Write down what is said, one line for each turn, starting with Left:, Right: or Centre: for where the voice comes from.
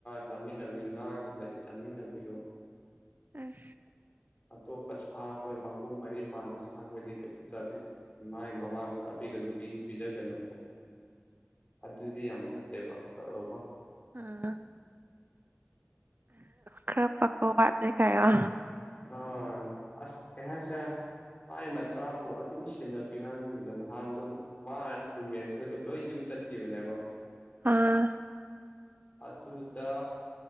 Left: ꯆꯥꯃꯤꯟꯅꯕꯤ ꯉꯥꯒꯨꯝꯕꯗꯤ ꯆꯥꯃꯤꯟꯅꯕꯤꯌꯣ
Right: ꯑꯁ
Left: ꯑꯇꯣꯞꯄ ꯁꯥ ꯈꯣꯏ ꯃꯈꯣꯡ ꯃꯔꯤ ꯄꯥꯟꯕ ꯁꯥ ꯈꯣꯏꯗꯤ ꯀꯩꯁꯨ ꯆꯥꯕꯤ ꯃꯥꯒꯤ ꯃꯃꯥꯡꯗ ꯆꯥꯕꯤꯒꯅꯨ ꯀꯩꯅꯣ ꯄꯤꯁꯨ ꯄꯤꯖꯒꯅꯨ ꯑꯗꯨꯗꯤ ꯌꯥꯝ ꯐꯠꯇꯦꯕ ꯇꯧꯔꯀꯣ
Right: ꯑꯥ ꯈꯔ ꯄꯥꯛꯄ ꯋꯥꯠꯂꯦ ꯒꯥꯢꯌꯣ
Left: ꯑꯣꯏ ꯑꯁ ꯀꯩ ꯍꯥꯏꯁꯦꯔ ꯃꯥꯢ ꯃ ꯆꯥꯕꯨ ꯑꯗꯨꯝ ꯁꯦꯟꯅꯕꯤꯌꯨ ꯍꯥꯏꯕꯒꯨꯝꯗ ꯅꯍꯥꯟꯗꯣ ꯃꯥ ꯔꯨꯝꯃꯦꯠ ꯈꯣꯏꯗꯣ ꯂꯣꯏ ꯌꯨꯝ ꯆꯠꯈꯤꯕꯅꯦꯕ
Right: ꯑꯥ
Left: ꯑꯗꯨꯗ